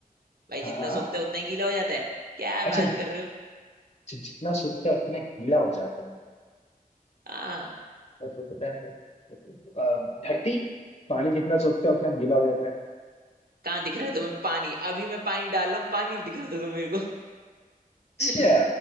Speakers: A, on the right (about 80°); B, on the left (about 45°).
A: भाई जितना
B: हाँ
A: सोखता है उतना ही गीला हो जाता है क्या
B: अच्छा
A: बात
B: जि-
A: कर रहे हो
B: जितना सूखता है उतना गीला हो जाता है
A: हाँ
B: जितना सूखता है अ, धरती पानी जितना सूखता है उतना गीला हो जाता है
A: कहाँ दिख रहा है तुम्हें पानी अभी मैं पानी डाल रहा हूँ पानी दिखा दो तुम मेरे को
B: अच्छा
A: <laughs>